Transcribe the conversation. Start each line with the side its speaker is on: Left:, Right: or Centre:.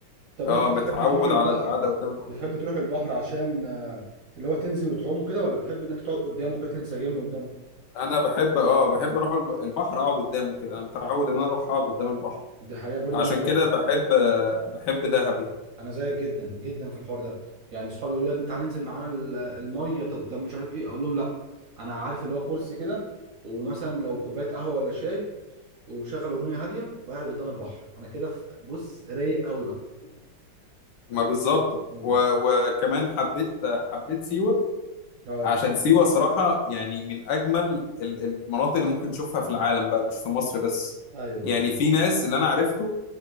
Right: طب
Left: اه
Right: انت بتحب
Left: متعود
Right: تروح البحر
Left: على القعده قدام البحر
Right: بتحب تروح البحر عشان آه، اللي هو تنزل وتعوم كده ولا بتحب انك تقعد قدامه كده تنسجم قدامه
Left: انا بحب اه بحب اروح الب- البحر اقعد قدامه كده انا متعود ان انا اروح اقعد قدام البحر
Right: دي حقيقة برضه
Left: عشان
Right: انا زيك
Left: كده بحب آه بحب دهب يعني
Right: انا زيك جدا جدا في الحوار ده يعني اصحابي يقولوا لي يا ابني تعالى ننزل معانا ال- الميه طب طب مش عارف ايه اقول لهم لا انا عارف اللي هو كرسي كده ومثلا لو كوبايه قهوه ولا شاي ومشغل اغنيه هاديه وقاعد قدام البحر انا كده في- بص رايق قوي بقى
Left: ما
Right: فاهم
Left: بالظبط
Right: مم.
Left: و... وكمان حبيت حبيت سيوه
Right: اه
Left: عشان سيوه صراحه يعني من اجمل ال- المناطق اللي ممكن تشوفها في العالم بقى مش في مصر بس
Right: ايوه
Left: يعني
Right: ايوه
Left: في ناس اللي انا عرفته